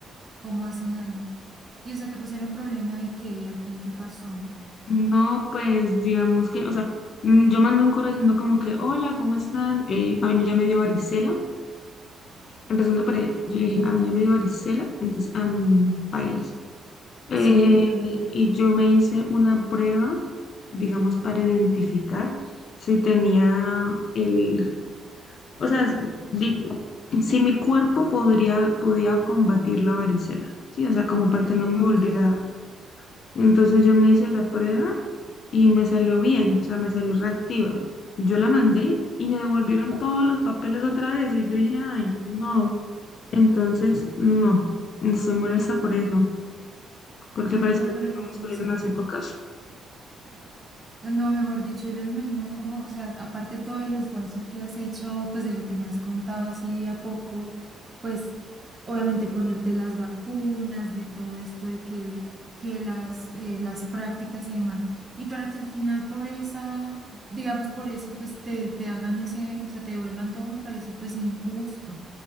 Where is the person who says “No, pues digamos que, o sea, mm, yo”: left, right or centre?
Left